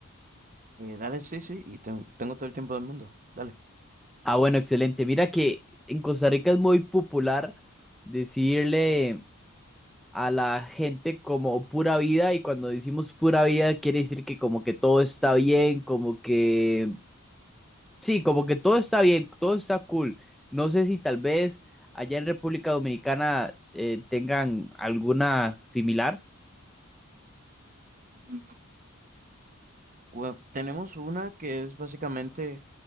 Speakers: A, on the right; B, in the centre.
A: Eh, dale, sí, sí, y ten- tengo todo el tiempo del mundo. Dale.
B: Ah, bueno, excelente. Mira que en Costa Rica es muy popular decirle a la gente como pura vida y cuando decimos pura vida quiere decir que como que todo está bien, como que Sí, como que todo está bien, todo está cool. No sé si tal vez allá en República Dominicana eh, tengan alguna similar.
A: Y cua- tenemos una que es básicamente